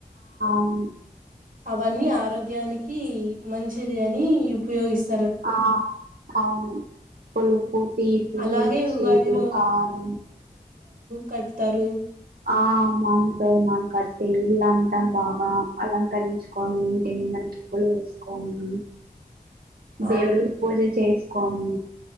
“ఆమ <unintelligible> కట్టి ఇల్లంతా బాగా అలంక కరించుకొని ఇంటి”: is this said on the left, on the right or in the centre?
Right